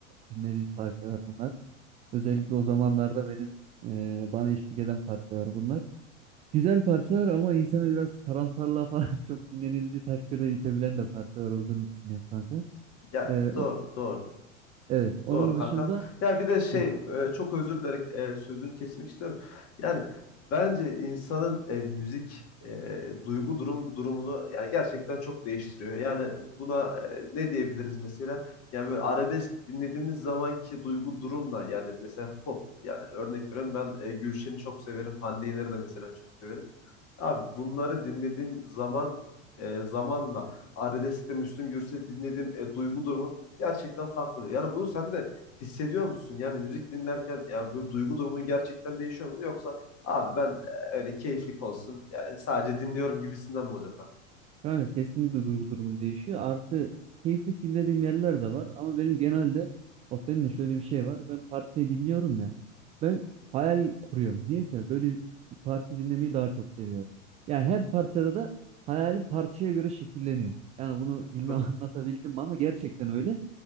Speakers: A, on the right; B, on the left.
A: dinlediğim parçalar bunlar. Özellikle o zamanlarda benim e, bana eşlik eden parçalar bunlar. Güzel parçalar ama insanı biraz karamsarlığa falan <laughs> çok dinlenildiği takdirde itebilen de parçalar olduğunu düşünüyorum kanka.
B: Yani
A: E, o,
B: doğru, doğru.
A: evet onun
B: Doğru kankam.
A: dışında...
B: Ya bir de şey
A: hı,
B: e, çok özür dilerim e, sözünü kesmek istiyorum. Yani bence insanın e, müzik e, duygu durum durumunu yani gerçekten çok değiştiriyor. Yani buna e, ne diyebiliriz mesela? Yani böyle arabesk dinlediğimiz zamanki duygu durumla yani mesela pop yani örnek veriyorum ben e, Gülşen'i çok severim. Hande Yener'i de mesela çok severim. Abi bunları dinlediğim zaman e, zamanla Arabesk'te Müslüm Gürses dinlediğim e, duygu durumum gerçekten farklı oluyor. Yani bunu sen de hissediyor musun? Yani müzik dinlerken ya böyle duygu durumun gerçekten değişiyor mu? Yoksa abi ben e, öyle keyiflik olsun yani sadece dinliyorum gibisinden mi oluyor falan?
A: Yani kesinlikle duygu durumun değişiyor. Artı keyiflik dinlediğim yerler de var. Ama benim genelde bak benim de şöyle bir şey var. Ben parçayı dinliyorum ya. Ben hayal kuruyorum. Neyse böyle bir parça dinlemeyi daha çok seviyorum. Yani her parçada da hayalim parçaya göre şekilleniyor. Yani bunu bilmem
B: Çok
A: <laughs> anlatabildim
B: güzel.
A: mi ama gerçekten öyle.